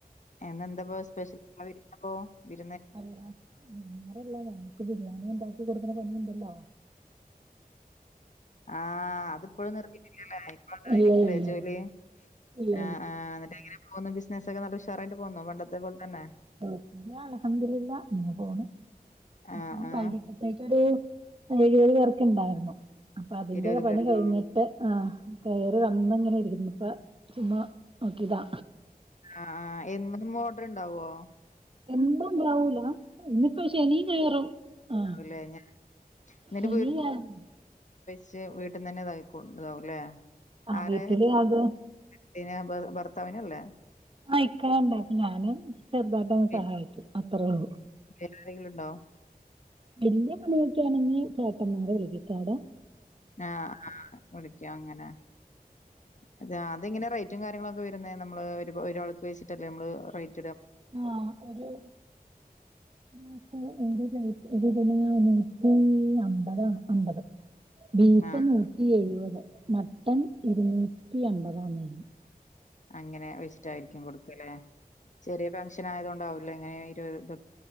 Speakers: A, on the left; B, on the right.
A: എന്തെന്താ സ്പെഷ്യൽ <unintelligible>
B: അല്ല <unintelligible> നക്ക് ബിരിയാണി ഉണ്ടാവ കൊടുക്കുന്ന പണിയുണ്ടല്ലോ
A: ആ അതിപ്പോഴും നിർത്തിട്ടില്ലല്ലേ ഇപ്പഴ എന്തായിങ്കിലേ
B: ഇല്ല ഇല്ല
A: ജോലി
B: ഇല്ല
A: ആ ആ എന്നിട്ട്ങ്ങനെ പോുന്നു ബിസിനസ്സ ഒക്കെ നല്ല ഉഷാറായിട്ട് പോകന്നുന്നു പണ്ടത്തെ പോലെ തന്നെ
B: കുഴപ്പില്ല അൽഹംദുലില്ലാഹ് അനെ പോണ്
A: ആഹ്
B: അന്ന്
A: ആഹ്
B: വൈകിട്ടത്തേക്ക് എ ഏയ് പേർക്ക് ഇണ്ടായിരുന്നു അപ്പൊ അതിന്റെക്കെ
A: ഇരുപത്
B: പണി
A: പേർക്ക്
B: കഴിഞ്ഞിട്ട് ആ കേറി വന്നു ഇരുന്നപ്പോ ചുമ നോക്കിയതാ
A: ആ ആ എന്നും ഓഡർ ഇണ്ടാവോ
B: എന്താണ്ടാവൂല ഇന്നിപ്പോ ശനി ഞായറും ആഹ്
A: ല്ലേ ഞാൻ <unintelligible>
B: ശനി ഞായറും
A: ചെ വീട്ടന്ന് തന്നെ <unintelligible>
B: ആഹ്
A: ആര
B: വീട്ടില് അത്
A: പിന്നെ ബെർ ഭർത്താവിനല്ലേ
B: ആ ഇക്ക ണ്ട് കി ഞാന് ചെറുതായിട്ട്
A: പിന്നെ
B: സഹായിക്കും അത്രയുള്ളൂ
A: വേറെ ആരെങ്കിലും ഉണ്ടോ
B: വല്ല്യ പണി ക്കെ യാണങ്കിൽ ചേട്ടന്മാരെ വിളിക്കിക്കാടാ
A: ആ ആ വിളിക്ക അങ്ങനെ അത അത് ഇങ്ങനെ റേറ്റും കാര്യങ്ങളുംൊക്കെ വരുന്ന നമ്മള് ഒരാൾക്ക് വെച്ചിട്ടല്ലേ നമ്മള് റൈറ്റ്
B: ആ ഒരു ന <unintelligible> ഒരു ഇതിന് ഒ ന്നൂറ്റി അമ്പതാണ് അമ്പത് ബീഫ്
A: ആഹ്
B: നൂറ്റി എഴുപത് മട്ടൻ ഇരുന്നൂറ്റി അമ്പതാം മീ
A: അങ്ങനെ വെച്ചിട്ടായിരിക്കും കൊടുക്ക അല്ലെ ചെറിയ ഫങ്്ഷൻ ആയത കൊണ്ടാവൂലോ ഇങ്ങനെ ഇരുപത്